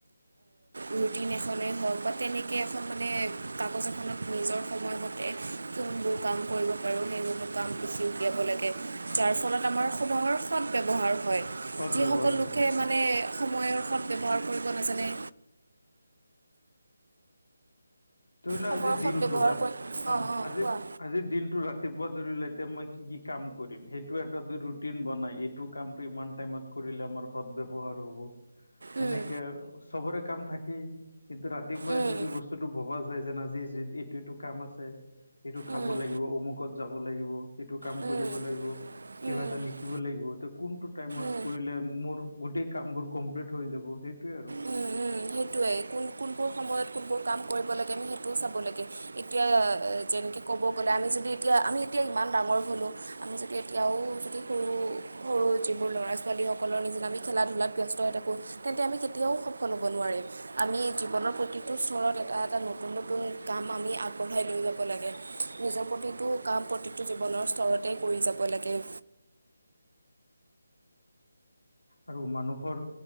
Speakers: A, on the right; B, on the left.
A: ৰুটিন এখনেই হওক বা তেনেকৈ এখন মানে কাগজ এখনত নিজৰ সময়মতে কোনবোৰ কাম কৰিব পাৰোঁ সেইসমূহ কাম লিখি উলিয়াব লাগে। যাৰ ফলত আমাৰ সময়ৰ সৎ ব্যৱহাৰ হয়।
B: সদ
A: যিসকল
B: ব্যৱহাৰ
A: লোকে
B: হয়
A: মানে সময়ৰ সৎ ব্যৱহাৰ কৰিব নাজানে
B: ধৰি লোৱা
A: সময়ৰ
B: আজিৰ
A: সৎ
B: দিনটো
A: ব্যৱহাৰ
B: ৰাত
A: কৰি
B: অ'
A: অঁ অঁ
B: আজি
A: কোৱা
B: আজিৰ দিনটো ৰাত ৰাতিপুৱা ধৰি লোৱা এতিয়া মই কি কি কাম কৰিম সেইটো এটা দু ৰুটিন বনাই এইটো কামটো ইমান টাইমত কৰিলে আমাৰ সদ ব্যৱহাৰ হ'ব।
A: উম
B: সেনেকে চবৰে কাম থাকেই কিন্তু ৰাতিপুৱাই
A: উম
B: যদি বস্তুটো এইটো এইটো কাম আছে, এইটো খাব
A: উম উম
B: লাগিব, অমুকত। যাব লাগিব, এইটো কাম
A: উম
B: কৰিব লাগিব। কিবা
A: উম উম
B: এটা লিখিব লাগিব, ত' কোনটো টাইমত
A: উম
B: কৰিলে মোৰ গোটেই কামবোৰ কমপ্লিট হৈ যাব? সেইটোৱে আৰু।
A: উম উম সেইটোৱে, কোন কোনবোৰ সময়ত কোনবোৰ কাম কৰিব লাগে, আমি সেইটোও চাব লাগে। এতিয়া যেনেকে ক'ব গ'লে, আমি যদি এতিয়া আমি এতিয়া ইমান ডাঙৰ হ'লোঁ। আমি যদি এতিয়াও যদি সৰু, সৰু যিবোৰ ল'ৰা-ছোৱালীসকলৰ নিচিনা আমি খেলা ধূলাত ব্যস্ত হৈ থাকোঁ। তেন্তে আমি কেতিয়াও সফল হ'ব নোৱাৰিম। আমি জীৱনৰ প্ৰতিটো স্তৰত এটা এটা নতুন নতুন কাম আমি আগবঢ়াই লৈ যাব লাগে। নিজৰ প্ৰতিটো কাম প্ৰতিটো জীৱনৰ স্তৰতেই কৰি যাব লাগে।
B: আৰু মানুহৰ